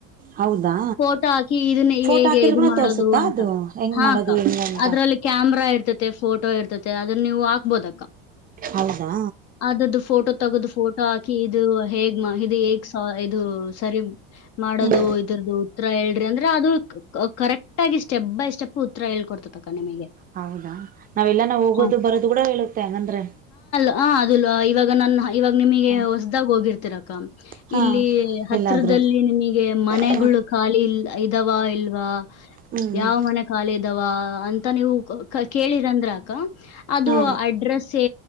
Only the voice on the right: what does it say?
ಹೌದಾ
ಫೋಟೋ
ಹಾಕಿದ್ರಗುನು
ತೋರ್ಸುತ್ತಾ
ಅದು ಹೆಂಗ್
ಮಾಡೋದು ಹೆಂಗ ಅಂತ
ಹೌದಾ
ಹ್ಮ್
ಹೌದಾ ನಾವೆಲ್ಲಾನ ಹೋಗೋದು
ಬರೋದು ಕೂಡ ಹೇಳುತ್ತೆ ಹಂಗಂದ್ರೆ
ಹ
ಹಾ
ಎಲ್ಲಾದ್ರೂ
ಹ್ಮ
ಹ್ಮ್ ಹ್ಮ್
ಹಾ